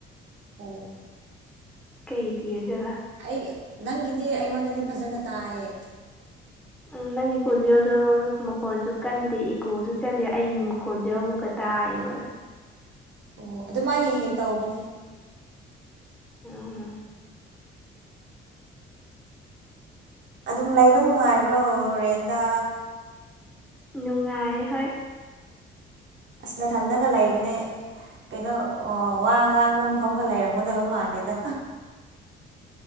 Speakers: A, on the right; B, in the centre.
A: ꯑꯣ
B: ꯀꯩꯒꯤ ꯑꯣꯏꯖꯠꯂꯥ
A: ꯑꯩ ꯅꯪꯒꯤꯗꯤ ꯑꯩꯉꯣꯟꯗꯗꯤ ꯐꯖꯅ ꯇꯥꯏꯌꯦ
B: ꯎꯝ ꯅꯪꯒꯤ ꯈꯣꯟꯖꯦꯜꯗꯣ ꯃꯈꯣꯟꯁꯨ ꯀꯟꯗꯦ ꯏꯀꯣꯁꯨ ꯆꯠꯂꯤ ꯑꯩ ꯈꯣꯟꯖꯦꯜ ꯑꯃꯨꯛꯀ ꯇꯥꯏꯕ
A: ꯑꯣ ꯑꯗꯨꯃꯥꯏ ꯍꯦꯛ ꯍꯦꯛ ꯇꯧꯕꯅꯦ
B: ꯎꯝꯝ
A: ꯑꯗꯨꯝ ꯂꯩꯕ ꯅꯨꯡꯉꯥꯏꯕ꯭ꯔꯣ ꯔꯦꯟꯗ
B: ꯅꯨꯡꯉꯥꯏ ꯍꯣꯏ
A: ꯑꯁꯅ ꯊꯟꯗꯒ ꯂꯩꯕꯅꯦ ꯀꯩꯅꯣ ꯋꯥ ꯉꯥꯡꯕ ꯃꯐꯝꯒ ꯂꯩꯔꯝꯒꯗꯕ ꯃꯥꯟꯗꯦꯗ